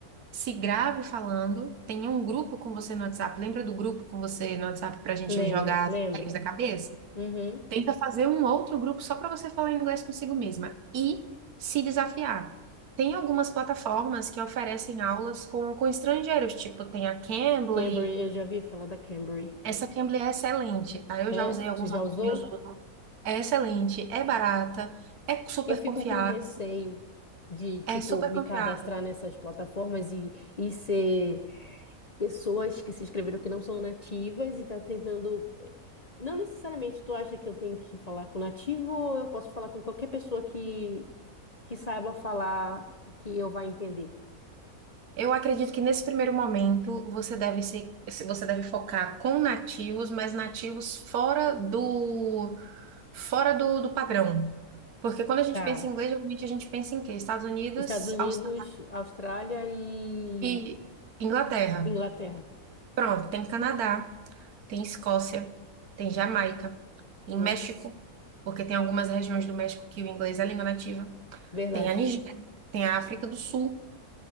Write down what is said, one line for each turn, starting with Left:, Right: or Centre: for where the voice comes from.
Right: se grave falando, tenha um grupo com você no WhatsApp. Lembra do grupo com você no WhatsApp para a gente
Left: Lembro,
Right: jogar
Left: lembro.
Right: as ideias da cabeça?
Left: Uhum.
Right: Tenta fazer um outro grupo só para você falar inglês consigo mesma e se desafiar. Tem algumas plataformas que oferecem aulas com, com estrangeiros, tipo tem a Cambly.
Left: Cambly, eu já vi falar da Cambly.
Right: Essa Cambly é excelente, tá? Eu
Left: É?
Right: já usei alguns
Left: Tu já
Right: amigos
Left: usou?
Right: meus usam. É excelente, é barata, é super
Left: Eu fico
Right: confiável,
Left: com receio de, tipo,
Right: é super
Left: me
Right: confiável.
Left: cadastrar nessas plataformas e, e ser pessoas que se inscreveram que não são nativas e tá tentando. eh, Não necessariamente tu acha que eu tenho que falar com nativo ou eu posso falar com qualquer pessoa que, que saiba falar que eu vá entender.
Right: Eu acredito que nesse primeiro momento você deve se, se- você deve focar com nativos, mas nativos fora do fora do, do padrão. Porque quando a gente
Left: Tá.
Right: pensa em inglês, geralmente a gente pensa em quê? Estados Unidos,
Left: Estados Unidos,
Right: Austrália
Left: Austrália e
Right: e Inglaterra.
Left: Inglaterra.
Right: Pronto, tem Canadá, tem Escócia, tem Jamaica, tem
Left: Nossa,
Right: México, porque tem algumas regiões do México que o inglês é a língua nativa.
Left: verdade.
Right: Tem a Nigéria, tem a África do Sul.